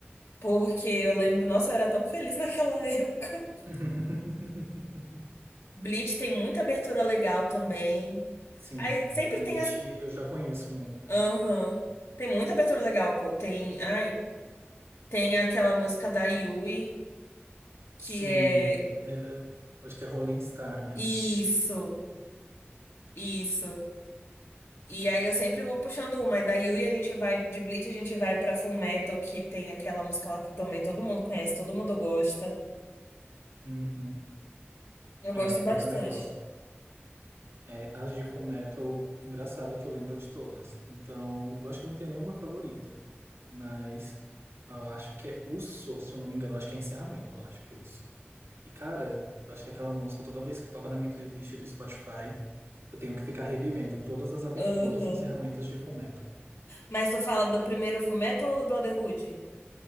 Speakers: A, on the left; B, on the right.
A: Porque eu lembro, nossa, eu era tão feliz naquela <laughs> época.
B: <laughs>
A: Bleach tem muita abertura legal também.
B: Sim.
A: Aí sempre
B: Bleach
A: tem as.
B: eu já conheço muito.
A: Aham. Tem muita abertura legal, pô. Tem. Ai, tem aquela música da Yui, que
B: Sim,
A: é.
B: é, é, acho que é Rolling Star, né?
A: Isso, isso. E aí eu sempre vou puxando uma. E da Yui a gente vai, de Bleach a gente vai pra Fullmetal, que tem aquela música lá que também todo mundo conhece, todo mundo gosta.
B: Uhum.
A: Eu gosto
B: É,
A: bastante.
B: eu também gosto. É, as de Fullmetal, engraçado que eu lembro de todas. Então, eu acho que não tenho nenhuma favorita. Mas eu acho que é Uso, se eu não me engano. eu Acho que é encerramento, eu acho que é Uso. E, cara, eu acho que aquela música, toda vez que toca na minha playlist do Spotify, eu tenho que ficar revivendo todas as aberturas
A: Aham.
B: e encerramentos de Fullmetal,
A: Mas tu fala do primeiro Fullmetal ou do Brotherhood?